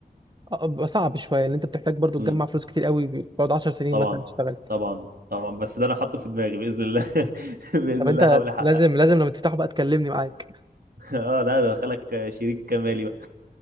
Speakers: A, on the right; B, on the right.
A: أه، بيبقى صعب شويه ان انت بتحتاج برضه
B: عموما
A: تجمع فلوس كتير قوي بتقعد 10 سنين
B: طبعا
A: مثلا تشتغل
B: طبعا طبعا بس ده انا حاطه في دماغي باذن الله <laughs> باذن
A: طب انت
B: الله هحاول احقق
A: لازم لازم لما تفتحه بقى تكلمني معاك
B: اه لا ده دخلك شريك مالي بقى